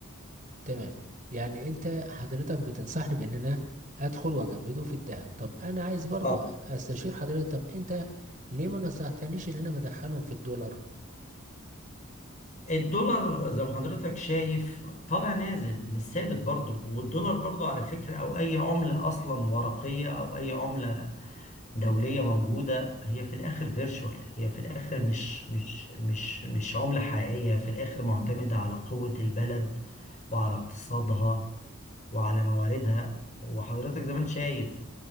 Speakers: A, on the right; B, on the left.
A: تمام يعني انت حضرتك بتنصحني بان انا ادخل واجمده في الذهب طب انا عايز برضو
B: اه
A: استشير حضرتك طب انت ليه ما نصحتنيش ان انا بدخلهم في الدولار
B: الدولار زي ما حضرتك شايف طالع نازل مش ثابت برضه والدولار برضه على فكرة أو أي عملة أصلا ورقية أو أي عملة دولية موجودة هي في الآخر فيرتشوال هي في الآخر
A: امم
B: مش مش مش مش عملة حقيقية في الآخر معتمدة على قوة البلد وعلى اقتصادها وعلى مواردها وحضرتك زي ما انت شايف